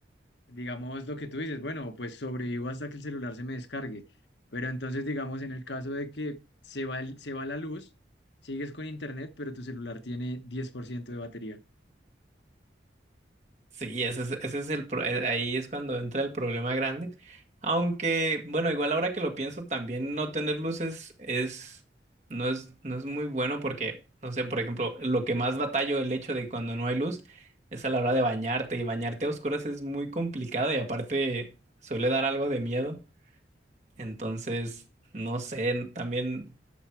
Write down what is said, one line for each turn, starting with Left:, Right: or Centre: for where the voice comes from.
Left: digamos, lo que tú dices, bueno, pues sobrevivo hasta que el celular se me descargue. Pero entonces, digamos, en el caso de que se va, el- se va la luz, sigues con internet, pero tu celular tiene 10% de batería.
Right: Sí, ese es, ese es el pro- eh, ahí es cuando entra el problema grande. Aunque, bueno, igual ahora que lo pienso, también no tener luces es no es no es muy bueno porque, no sé, por ejemplo, lo que más batallo el hecho de cuando no hay luz es a la hora de bañarte y bañarte a oscuras es muy complicado y aparte suele dar algo de miedo. Entonces, no sé, también